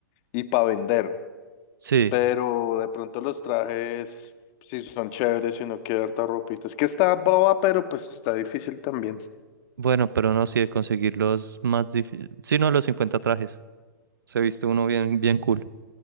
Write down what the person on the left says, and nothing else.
y para vender.
Pero de pronto los trajes, si son chéveres si uno quiere harta ropita. Es que está boba, pero pues está difícil también.